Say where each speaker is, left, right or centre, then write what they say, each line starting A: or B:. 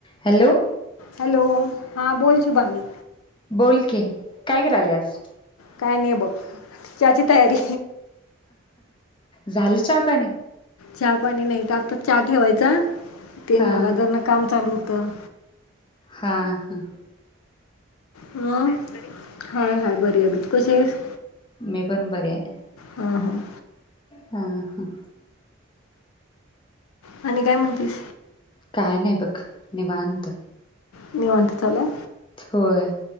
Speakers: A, on the left (about 25°); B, on the left (about 90°).
A: हॅलो
B: हॅलो, हां बोल शुभांगी.
A: बोल की, काय करायल्यास?
B: काय नही बघ, चहाची तयारी.
A: झालं चहा पाणी?
B: चहा पाणी नाही तं आताच चहा ठेवायचा, ते
A: हा
B: मगाधरनं काम चालू होतं.
A: हा-हं.
B: मग? हाय-हाय बरी आहे बघ, तु कशी आहेस?
A: मी पण बरी आहे.
B: हं, हं.
A: हा-, हं.
B: आणि काय म्हणतीस?
A: काय नाही बघ, निवांत.
B: निवांत चालूय.
A: होय.